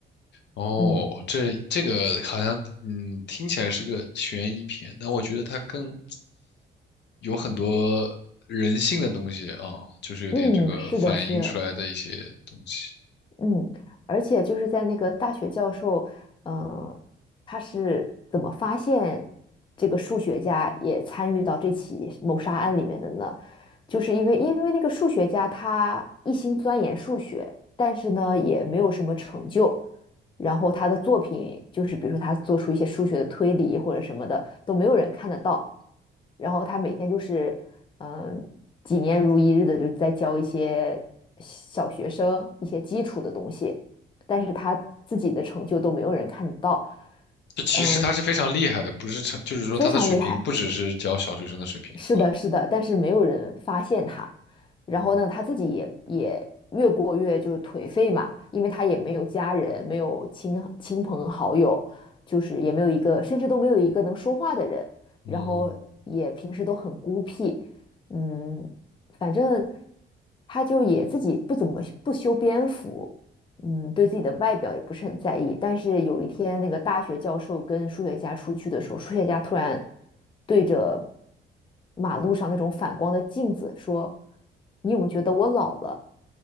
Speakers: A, on the left; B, on the left.
A: 哦，
B: 嗯
A: 这这个好像，嗯，听起来是个悬疑片，但我觉得它更有很多人性的东西啊，就是有点这个反映出来的一些东西。
B: 嗯，是的，是的。嗯，而且就是在那个大学教授，呃，他是怎么发现这个数学家也参与到这起谋杀案里面的呢？就是因为因为那个数学家他一心钻研数学，但是呢也没有什么成就，然后他的作品就是比如说他做出一些数学的推理或者什么的都没有人看得到，然后他每天就是嗯几年如一日的就在教一些小学生一些基础的东西，但是他自己的成就都没有人看得到，
A: 这其实他是非常厉害的，
B: 嗯，
A: 不是成，就是说他的水平不只是教小学生的水平，
B: 非常厉害。是的，
A: 是吧？
B: 是的，但是没有人发现他。然后呢，
A: 嗯
B: 他自己也也越过越就是颓废嘛，因为他也没有家人，没有亲亲朋好友，就是也没有一个，甚至都没有一个能说话的人。
A: 嗯，
B: 然后也平时都很孤僻，嗯，反正他就也自己不怎么不修边幅，嗯，对自己的外表也不是很在意。但是有一天，那个大学教授跟数学家出去的时候，数学家突然对着马路上那种反光的镜子说：“你有没有觉得我老了？”